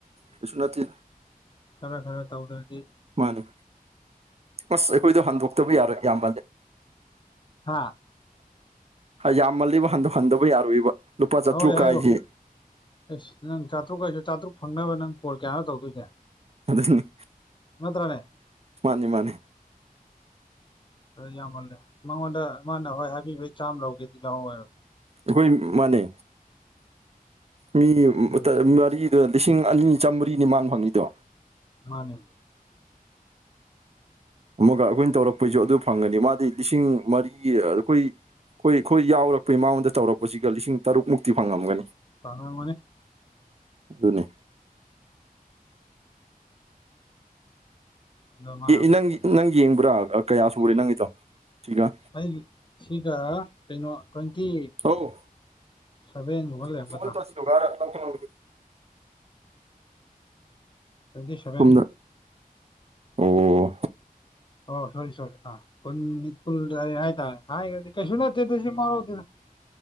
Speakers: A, on the right (about 45°); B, on the left (about 30°).
A: ꯀꯩꯁꯨ ꯅꯠꯇꯦ
B: ꯈꯔ ꯈꯔ ꯇꯧꯗ꯭ꯔꯗꯤ
A: ꯃꯥꯅꯦ ꯑꯁ ꯑꯩꯈꯣꯏꯗꯣ ꯍꯟꯗꯣꯛꯇꯕ ꯌꯥꯔꯣꯏ ꯌꯥꯝ ꯃꯜꯂꯦ
B: ꯍꯥꯥ
A: ꯀꯥꯏ ꯌꯥꯝꯃꯜꯂꯤꯕ ꯍꯟꯗ ꯍꯟꯗꯕ ꯌꯥꯔꯣꯏꯕ ꯂꯨꯄꯥ ꯆꯥꯇ꯭ꯔꯨꯛ
B: ꯍꯣꯏ ꯍꯥꯏꯌꯣ
A: ꯀꯥꯏꯁꯦ
B: ꯑꯦꯁ ꯅꯪ ꯆꯥꯇ꯭ꯔꯨꯛ ꯀꯩꯁꯨ ꯆꯥꯇ꯭ꯔꯨꯛ ꯐꯪꯅꯕ ꯅꯪ ꯀꯣꯜ ꯀꯌꯥꯅꯣ ꯇꯧꯗꯣꯏꯁꯦ
A: ꯑꯗꯨꯅꯤ
B: ꯅꯥꯠꯇꯔꯥꯅꯦ
A: ꯃꯥꯅꯤ ꯃꯥꯅꯤ
B: <unintelligible> ꯍ ꯌꯥꯝꯃꯜꯂꯦ ꯃꯉꯣꯟꯗ ꯃꯥꯅ ꯍꯣꯏ ꯍꯥꯏꯕꯤꯕꯩ ꯆꯥꯝꯃ ꯂꯧꯒꯦꯗꯤ ꯂꯧ ꯍꯥꯢꯋꯣ
A: ꯑꯩꯈꯣꯏ ꯃꯥꯅꯦ ꯃꯤ
B: ꯑꯗꯨꯒ
A: ꯃꯔꯤ ꯑꯗꯨ ꯂꯤꯁꯤꯡ ꯑꯅꯤ ꯆꯝꯃꯔꯤꯅꯤ ꯃꯥꯅ ꯐꯪꯉꯤꯗꯣ
B: ꯃꯥꯅꯦ
A: ꯑꯃꯨꯛꯒ ꯑꯩꯈꯣꯏꯅ ꯇꯧꯔꯛꯄꯩꯁꯨ ꯑꯗꯨ ꯐꯪꯒꯅꯤ ꯃꯥꯗꯤ ꯂꯤꯁꯤꯡ ꯃꯔꯤ ꯑꯩꯈꯣꯏ ꯑꯩꯈꯣꯏ ꯑꯩꯈꯣꯏ ꯌꯥꯎꯔꯛꯄꯩ ꯃꯉꯣꯟꯗ ꯇꯧꯔꯛꯄꯁꯤꯒ ꯂꯤꯁꯤꯡ ꯇꯔꯨꯛꯃꯨꯛꯇꯤ ꯐꯪꯉꯝꯒꯅꯤ
B: ꯐꯪꯂꯝꯒꯅꯤ
A: ꯑꯗꯨꯅꯦ
B: ꯑꯗꯣ ꯃꯥ
A: ꯅꯪ ꯅꯪ ꯌꯦꯡꯕ꯭ꯔꯥ ꯀꯌꯥ ꯁꯨꯔꯦ ꯅꯪꯒꯤꯗꯣ ꯁꯤꯒ
B: ꯑꯩ ꯁꯤꯒ ꯀꯩꯅꯣ ꯇ꯭ꯋꯦꯟꯇꯤ
A: ꯑꯧ
B: ꯁꯕꯦꯟ ꯒꯨꯝꯕ
A: ꯍꯧꯖꯤꯛꯀ
B: ꯂꯩꯔꯝꯒꯗꯔꯥ
A: <inaudible>
B: ꯇ꯭ꯋꯦꯟꯇꯤ ꯁꯚꯦꯟ
A: ꯁꯣꯝꯗ ꯑꯣ
B: ꯑꯣ ꯁꯣꯔꯤ ꯁꯣꯔꯤ ꯍꯥꯏ ꯇꯔꯦ ꯍꯥꯏ ꯀꯩꯁꯨ ꯅꯠꯇꯦ ꯑꯗꯨ ꯑꯣꯏꯁꯨ ꯃꯋꯥ ꯂꯧꯗꯦꯗ